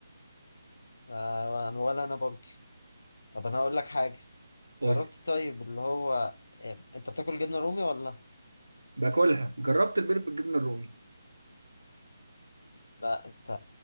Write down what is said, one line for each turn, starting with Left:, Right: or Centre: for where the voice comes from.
Left: ف- ولا انا برضو طب انا هقول لك حاجه
Right: قول
Left: جربت طيب اللي هو إيه، انت بتاكل جبنه رومي ولا
Right: باكلها جربت البيض بالجبنه الرومي
Left: لا انت